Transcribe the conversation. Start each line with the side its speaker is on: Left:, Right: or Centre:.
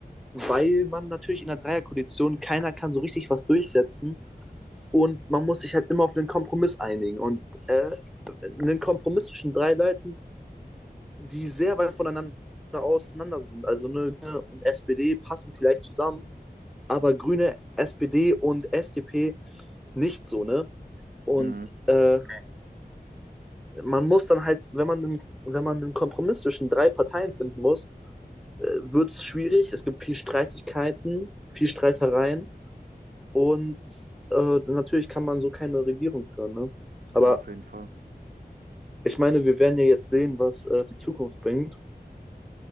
Centre: weil man natürlich in der Dreierkoalition keiner kann so richtig was durchsetzen und man muss sich halt immer auf einen Kompromiss einigen. Und äh, einen Kompromiss zwischen drei Leuten, die sehr weit voneinander auseinander sind. Also ne, Grüne und SPD passen vielleicht zusammen, aber Grüne, SPD und FDP nicht so, ne? Und
Right: mhm,
Centre: äh, man muss dann halt, wenn man, einen- wenn man einen Kompromiss zwischen drei Parteien finden muss, wird es schwierig. Es gibt viel Streitigkeiten, viel Streitereien und äh, natürlich kann man so keine Regierung führen, ne? Aber
Right: ja, auf jeden Fall.
Centre: ich meine, wir werden ja jetzt sehen, was äh, die Zukunft bringt.